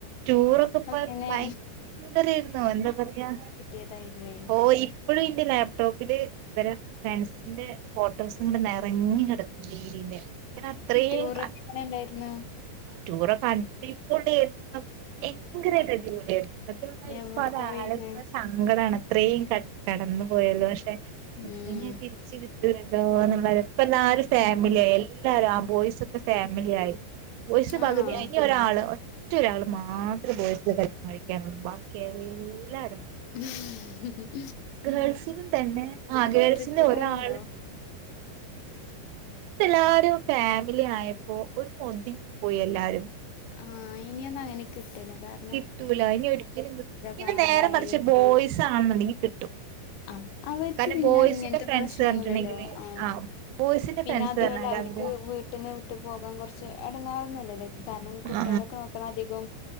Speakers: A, on the right; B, on the left.
A: ടൂറൊക്കെ പോയപ്പോ
B: പിന്നെ
A: ഭയങ്കരായിരുന്നു എന്താ പറയാ
B: ഏതായിരുന്നേ
A: ഓ ഇപ്പോഴും ഇന്റെ ലാപ്ടോപ്പില് ഇവരാ ഫ്രണ്ട്സിന്റെ ഫോട്ടോസുണ്ട് നെറഞ്ഞ് കെടക്കും ഡെയ്ലീന്റ ഞാന അത്രയും
B: ടൂറൊക്കെ
A: അ
B: എങ്ങനെ ഉണ്ടായിരുന്നു
A: ടൂറൊക്കെ അടിപൊളിയേര്ന്നു ഭയങ്കരായ്ട്ട് അടിപൊളിയായിരുന്നു സത്യം പറഞ്ഞ
B: എവിടക്കാ
A: ഇപ്പതാലോയ്ക്കുമ്പൊ
B: പോയിരുന്നേ
A: സങ്കടാണ് ത്രേം ക കടന്നു പോയല്ലോ പക്ഷെ
B: ഉം
A: ഇനി അത് തിരിച്ച് കിട്ടൂലല്ലോ ന്നുള്ളൊര് ഇപ്പെല്ലാരും ഫാമിലിയായി എല്ലാരും ആ ബോയ്സ് സൊക്കെ ഫാമിലിയായി ബോയ്സ്
B: ആഹ്
A: പകുതി ഇനി ഒരാള് ഒ റ്റൊരാള് മാത്രം ബോയ്സില് കല്യാണം കഴിക്കാനൊള്ളു ബാക്കി എല്ലാരും
B: ഉം ഹ് ഹ്
A: ഗേൾസിലും തെന്നെ ആ ഗേൾസിലൊരാള്
B: ട്രിപ്പ് പോവ്ണ്ടോ
A: ഇപ്പല്ലാരും ഫാമിലി ആയപ്പോ ഒന്നൊതുങ്ങി പോയി എല്ലാരും
B: ആ ഇനിയൊന്നങ്ങനെ കിട്ടൂല്ല ക
A: കിട്ടൂല ഇനി ഒരിക്കലും കിട്ടു പിന്നെ
B: പാടായി
A: നേരെ മറിച്ച് ബോയ്സാണെന്നുണ്ടെങ്കി കിട്ടും
B: അ അവര്ക്ക്
A: കാരണം
B: പിന്നെ
A: ബോയ്സിന്റെ
B: ഇങ്ങൻത്തെ
A: ഫ്രണ്ട്സ്
B: പ്രശ്നൊന്നുല്ലല്ലോ
A: പറഞ്ഞിട്ടുണ്ടെങ്കില്
B: ആ
A: ബോയ്സിന്റെ
B: പിന്നെ
A: ഫ്രണ്ട്സ്
B: അതു
A: പറഞ്ഞാല്
B: അല്ല അവര്ക്ക്
A: അവര്
B: വീട്ട്ന്ന് വിട്ട് പോകാൻ കൊർച്ച് എടങേറൊന്നുല്ലല്ലോ കാരണം കുട്ട്യാളൊക്കെ
A: ആ
B: നോ ക്കണധികവും